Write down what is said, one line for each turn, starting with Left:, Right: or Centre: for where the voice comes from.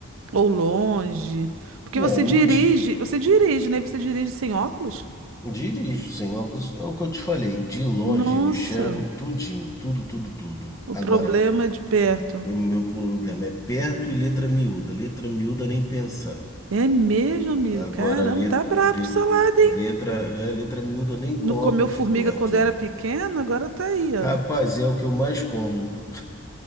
Right: ou longe. Porque
Left: é,
Right: você
Left: eu
Right: dirige,
Left: di-
Right: você dirige, né? Você dirige sem óculos?
Left: dirijo sem óculos, é o que eu te falei. De longe
Right: Nossa,
Left: eu enxergo tudinho, tudo, tudo, tudo.
Right: o
Left: Agora,
Right: problema é de perto.
Left: o meu problema é perto e letra miúda. Letra miúda nem pensar.
Right: É mesmo, amigo?
Left: Agora,
Right: Caramba,
Left: let,
Right: tá brabo
Left: le-
Right: o salada,
Left: letra,
Right: hein?
Left: né, letra miúda nem
Right: Não
Left: com óculos
Right: comeu formiga
Left: de perto.
Right: quando era pequeno, agora tá aí, ó.
Left: Rapaz, é o que eu mais como.